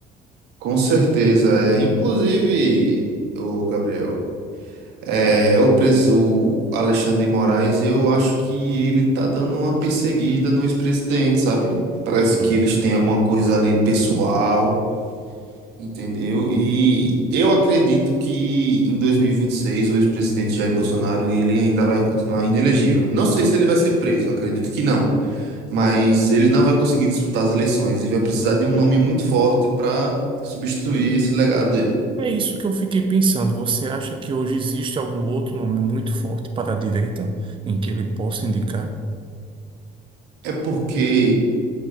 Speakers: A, on the right (about 80°); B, on the right (about 30°).
A: com certeza. É, inclusive, o Gabriel, é, o, pres- o Alexandre de Moraes, eu acho que ele tá dando uma perseguida no ex-presidente, sabe? Parece
B: Exato.
A: que eles têm alguma coisa ali pessoal. Entendeu? E eu acredito que em 2026 o ex-presidente Jair Bolsonaro ele ainda vai continuar inelegível. Não sei se ele vai ser preso, acredito que não, mas ele não vai conseguir disputar as eleições e vai precisar de um nome muito forte para substituir esse legado dele.
B: É isso que eu fiquei pensando. Você acha que hoje existe algum outro nome muito forte para a direita em que ele possa indicar?
A: É porque